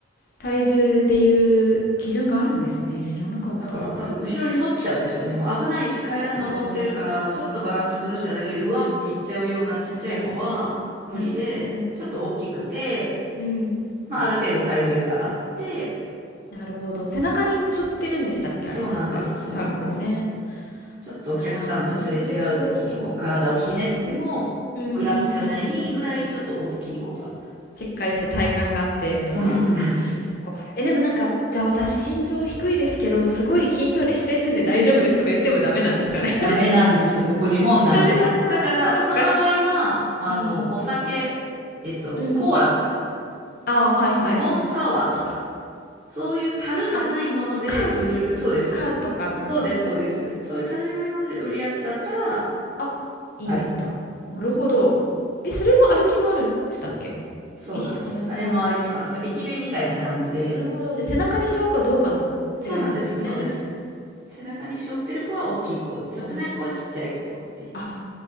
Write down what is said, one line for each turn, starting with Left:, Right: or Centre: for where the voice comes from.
Left: 体重っていう基準があるんですね。知らなかった。
Right: だから多分、
Left: あ
Right: 後ろに反っちゃうんでしょうね。もう危ないし、階段登ってるから、
Left: あ、
Right: ちょっとバランス崩しただけで、うわっていっちゃうようなちっちゃい子は無理で、
Left: 確かに。うんうん
Right: ちょっと大きくて、
Left: うん。うん
Right: まあ、ある程度体重があって、
Left: なるほど。背中に背負ってるんでしたっけ、
Right: そうなんです、
Left: あれ。なんか、
Right: そうなんです。
Left: タンクをね。
Right: ちょっとお客さんとすれ違う時にこう体をひねってもぐらつかないぐらいちょっと大きい子が。
Left: なるほど。うんうんうん。しっかりして体幹があってとか。
Right: そうなんです。
Left: そこ。え、でもなんか、じゃあ私身長低いですけど、すごい筋トレしてるんで大丈夫ですとか言ってもダメなんですかね。<laughs>
Right: ダメなんです。ここ日本なんで。
Left: ダメなんだ。
Right: だ、だからその場合は、
Left: そっか。
Right: あの、
Left: うん。
Right: お酒、えっと、
Left: うん。
Right: コーラとか、
Left: ああ、はいはい。
Right: レモンサワーとか、そういう樽じゃないもので売る、
Left: あ、缶
Right: そうです。
Left: 缶とかの。
Right: そうです、
Left: ああ。
Right: そうです。そういう樽じゃないもので売るやつだったら、
Left: あ、いいんだ。
Right: あり。
Left: なるほど。え、それも歩き回るんでしたっけ
Right: そうなんです。
Left: 一緒、同じ。
Right: あれも歩きま、
Left: ああ。
Right: なんか駅弁みたいな感じで、
Left: なるほど。じゃあ、背中にしようかどうかの違いなんですね。
Right: そうなんです、そうです。背中に背負ってる子は大きい子、背負ってない子はちっちゃい子っていう。
Left: あーあ、